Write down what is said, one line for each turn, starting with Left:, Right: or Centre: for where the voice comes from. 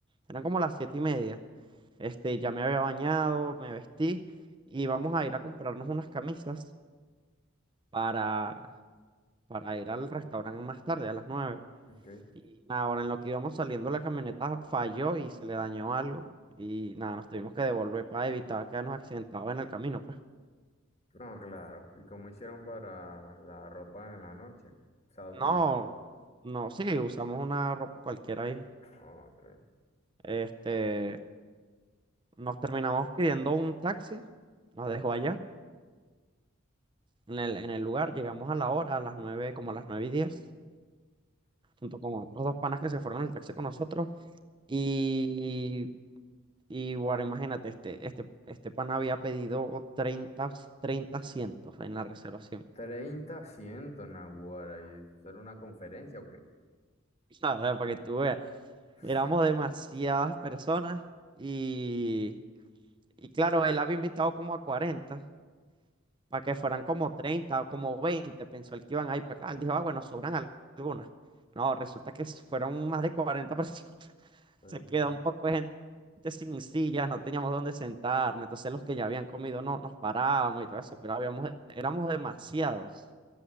Right: Eran como las siete y media. Este, ya me había bañado, me vestí y vamos a ir a comprarnos unas camisas para, para ir al restaurante más tarde, a las nueve
Left: ok.
Right: Y nada, ahora en lo que íbamos saliendo la camioneta falló y se le dañó algo. Y nada, nos tuvimos que devolver para evitar quedarnos accidentados en el camino, pues.
Left: No, claro. ¿Y cómo hicieron para la ropa en la noche? O sea, utilizar.
Right: No, no, sí, usamos una ropa cualquiera ahí.
Left: Ok.
Right: Este, nos terminamos pidiendo un taxi, nos dejó allá en el, en el lugar, llegamos a la hora, a las 9 como a las 9 y 10 junto con otros dos panas que se fueron en el taxi con nosotros. Y, y guarda, imagínate, este, este, este pana había pedido 30, 30 asientos en la reservación.
Left: treinta asientos, Nahuara. ¿Y eso era una conferencia o qué?
Right: <laughs> Para que tú veas,
Left: <laughs>
Right: éramos demasiadas personas y, y claro, él había invitado como a 40 para que fueran como 30 o como 20 pensó él que iban a ir para
Left: Ok,
Right: acá. Él dijo, ah, bueno, sobran al- algunas. No, resulta que s- fueron más de 40 personas. <laughs>
Left: Fue
Right: Se
Left: un...
Right: quedó
Left: ma-
Right: un poco de gente sin sillas, no teníamos dónde sentarnos. Entonces los que ya habían comido no, nos parábamos y todo eso, pero habíamos, éramos demasiados.